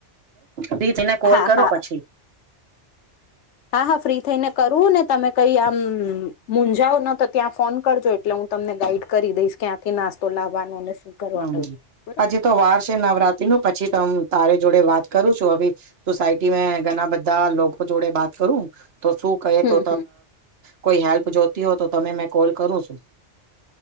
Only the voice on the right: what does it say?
પી તેને કોલ
કરો
પછી
હમ
હજી તો વાર છે નવરાત્રી નું પછી તો તારી જોડે વાત કરું છું હ સોસાયટી મે ઘણા બધા લોકો જોડે વાત કરું તો શું કહે
તો
કોઈ હેલ્પ જોતી હો તો તમે મેં કોલ કરું છું